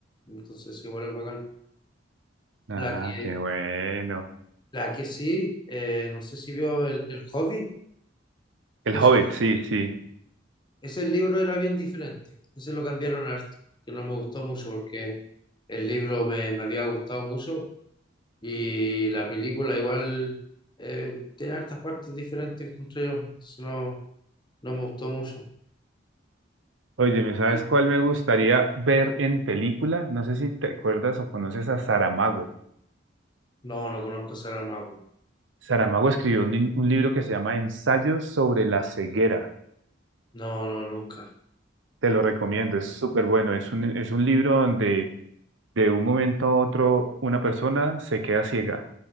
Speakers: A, on the left; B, on the right.
A: Entonces, eso igual es bacán.
B: Ah,
A: La que,
B: qué bueno.
A: la que sí, eh, no sé si vio el, el Hobbit,
B: El
A: es,
B: Hobbit, sí, sí.
A: ese libro era bien diferente. Ese lo cambiaron harto, que no me gustó mucho porque el libro me, me había gustado mucho y la película igual eh, tiene hartas partes diferentes, encontré yo. Entonces, no. No me gustó mucho.
B: Oye, ¿me sabes
A: ¿Cuál?
B: cuál me gustaría ver en película? No sé si te acuerdas o conoces a Saramago.
A: No, no conozco Sarah Mago.
B: Saramago escribió un, un libro que se llama Ensayos sobre la ceguera.
A: No, no, nunca.
B: Te lo recomiendo, es súper bueno. Es un, es un libro donde de un momento a otro una persona se queda ciega